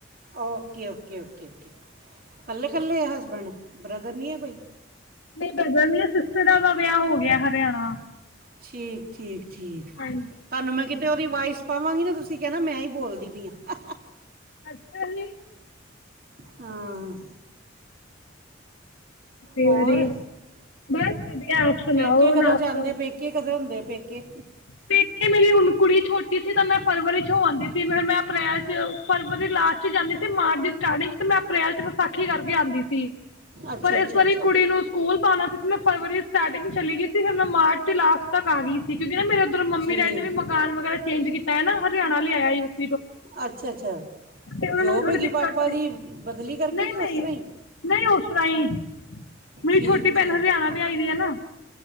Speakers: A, on the right; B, on the left.
A: ਓਕੇ ਓਕੇ ਓਕੇ ਓਕੇ ਕੱਲੇ ਕੱਲੇ ਆ ਹਸਬੈਂਡ ਬ੍ਰਦਰ ਨਹੀਂ ਹੈ ਕੋਈ
B: ਨਹੀਂ ਬ੍ਰਦਰ ਨੀ ਆ ਸਿਸਟਰ ਐ ਓ ਦਾ ਵਿਆਹ ਹੋ ਗਿਆ ਹਰਿਆਣਾ
A: ਠੀਕ ਠੀਕ ਠੀਕ
B: ਹਾਂਜੀ
A: ਤੁਹਾਨੂੰ ਮੈਂ ਕਿਤੇ ਉਹਦੀ ਵਇਸ ਪਾਵਾਂਗੀ ਨਾ ਤੁਸੀਂ ਕਹਿਣਾ ਮੈਂ ਹੀ ਬੋਲਦੀ ਪਈ ਹਾਂ
B: ਅੱਛਾ ਜੀ
A: ਹਾਂ
B: ਵ
A: ਹੋਰ
B: ਬਸ ਵਧੀਆ ਆਪ ਸੁ
A: ਪੇਕੇ
B: ਨਾ ਹੋ ਓ
A: ਕਦੋਂ
B: ਨਾ ਆਪੋ
A: ਜਾਂਦੇ ਪੇਕੇ ਕਦੇ ਹੁੰਦੇ ਪੇਕੇ
B: ਪੇਕੇ ਮੇਰੇ ਹੁਣ ਕੁੜੀਛੋਟੀ ਸੀ ਤਾਂ ਮੈਂ ਫਰਵਰੀ ਚ ਹੋ ਆਉਂਦੀ ਸੀ ਫਿਰ ਮੈਂ ਅਪ੍ਰੈਲ ਚ ਫਰਵਰੀ ਲਾਸਟ ਚ ਜਾਂਦੀ ਸੀ ਮਾਰਚ ਸਟਾਰਟਿੰਗ ਤੇ ਮੈਂ ਅਪ੍ਰੈਲ ਚ ਵਿਸਾਖੀ ਕਰਕੇ ਆਉਂਦੀ ਸੀ
A: ਅੱਛਾ
B: ਪਰ ਇਸ
A: ਅੱਛਾ
B: ਵਾਰੀ
A: ਅੱਛਾ
B: ਕੁੜੀ ਨੂੰ ਸਕੂਲ ਪਾਉਣਾ ਸੀ ਮੈਂ ਫਰਵਰੀ ਸਟਾਰਟਿੰਗ ਚਲੀ ਗਈ ਸੀ ਫਿਰ ਮਾਰਚ ਤੇ ਲਾਸਟ ਤੱਕ ਆ ਗਈ ਸੀ ਕਿਉਂਕਿ ਨਾ ਮੇਰੇ ਉਧਰ ਮੰਮੀ
A: ਠੀਕ
B: ਡੈਡੀ ਨੇ ਵੀ ਮਕਾਨ ਵਗੈਰਾ ਚੇਂਜ ਕੀਤਾ ਹੈ ਨਾ ਹਰਿਆਣਾ ਲੇ ਆਇਆ ਸੀ
A: ਅੱਛਾ ਅੱਛਾ
B: ਉਹਨਾਂ
A: ਜੋਬ
B: ਨੂੰ ਵੀ ਥੋੜੀ
A: ਹੈਗੀ
B: ਦਿੱਕਤ
A: ਪਾਪਾ
B: ਸੀ
A: ਦੀ ਬਦਲੀ ਕਰਕੇ
B: ਨਹੀਂ
A: ਕਿ ਉਸ
B: ਨਹੀਂ
A: ਤਰ੍ਹਾਂ ਹੀ
B: ਨਹੀਂ ਉਸ ਤਰ੍ਹਾਂ ਹੀ ਮੇਰੀ
A: ਠੀਕ
B: ਛੋਟੀ ਭੈਣ
A: ਠੀਕ
B: ਹਰਿਆਣਾ ਵਿਆਈ ਦੀ ਆ ਨਾ